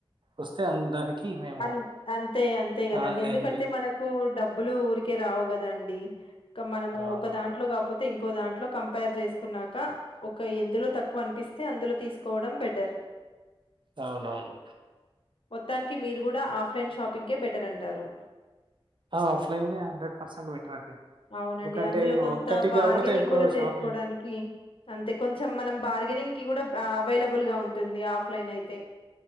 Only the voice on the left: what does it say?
అన్ అంతే అంతే కదండి
ఎందుకంటే మనకు డబ్బులు ఊరికే రావు కదాండి ఇ మనము
ఒక దాంట్లో కాకపోతే ఇంకో దాంట్లో కంపేర్ చేసుకున్నాక, ఒక ఎందులో తక్కువ అనిపిస్తే అందులో తీసుకోవడం బెటర్
మొత్తానికి మీరు కూడా ఆఫ్లైన్ షాపింగ్కే బెటర్ అంటారు
అవునండి
అందులో కొంత
బార్గెనింగ్
కూడా చేసుకోడానికి,
అంతే కొంచెం మనం బార్గెనింగ్ కూడా అవైలబుల్ గా ఉంటుంది ఆఫ్లైన్ అయితే